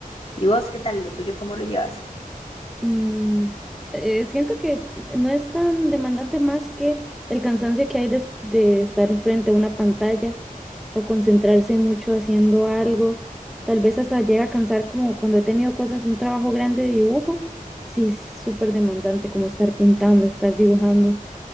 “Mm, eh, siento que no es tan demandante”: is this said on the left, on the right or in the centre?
Centre